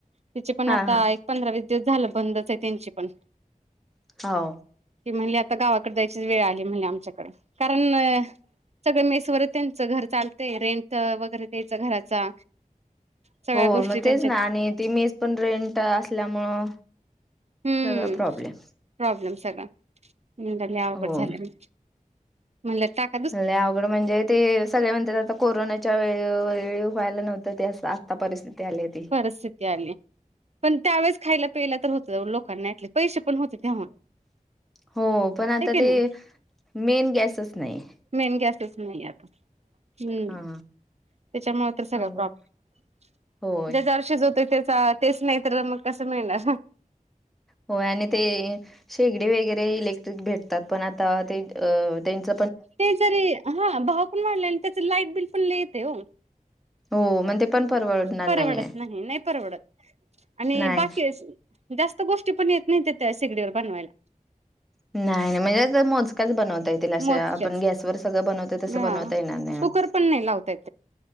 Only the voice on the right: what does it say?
तिची पण
आता
एक पंधरा, वीस दिवस झालं बंदच आहे त्यांची पण.
की म्हणले आता गावाकडे जायचीच अन वेळ आली आमच्याकडे कारण सगळं मेस मेस वर त्यांच घर चालते रेंट वगैरे द्यायच घराचा सगळ्या
गोष्टी
त्यांच्यात
हम्म,
प्रॉब्लेम सगळा, नंतर लय अवघड
झालंया. म्हणलं टाक
परिस्थिती आली. पण त्यावेळेस खायला प्यायला तर होत लोकांना ऍटलिस्ट पैसे पण होते तेव्हा.
हाय
की
नाही
मेन गॅसच नाहीये आता. हम्म
त्याच्यामुळे तर सगळ
प्रॉप <unintelligible>
शिजवते त्याचा तेच नाही तर मग कस मिळणार?
ते जरी हा भाव पण वाढलेले आणि त्याच लाईट बिल पण लय येते हो.
परवडत
नाही, नाही परवडत आणि
बाकी जास्त गोष्टी पण येत नाही त्या त्या शेगडीवर बनवायला.
मोजक्याच
हा
कुकर पण नाही लावता येत